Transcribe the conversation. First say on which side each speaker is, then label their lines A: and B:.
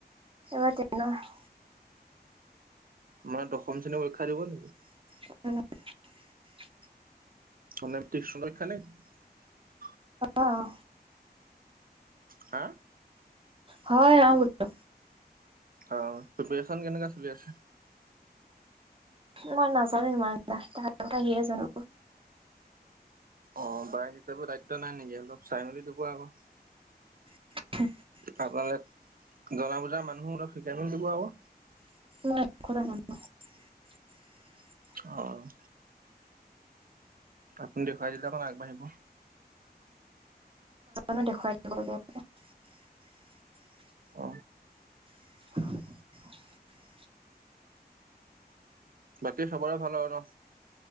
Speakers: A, on the right; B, on the right.
A: এবাৰ তেনট
B: মানে দশম শ্ৰেণী পৰীক্ষা দিব নেকি?
A: অ',
B: <unintelligible>
A: অহ',
B: হা
A: হয় অ, বলো।
B: অ, প্ৰিপ্যন কেনেকে চলি আছে।
A: মই নাজানো ইমান তাহ কথা হিয়ে জানো।
B: অ, বাইক হিচাপে দায়িত্ব নাই নেকি অলপ চাই মেলি দব আকৈ
A: <unintelligible>
B: আপোনালে জনা বুজাৰ মানুহো অলপ শিকাই মেল দিব আকৌ।
A: <unintelligible>
B: অহ', আপুনি দেখুৱাই দিলে অকমান আগবাঢ়িব।
A: নো দেখুৱাই দিবগীয়া <unintelligible>
B: অ
A: <unintelligible>
B: বাকী সবৰে ভাল আৰু ন।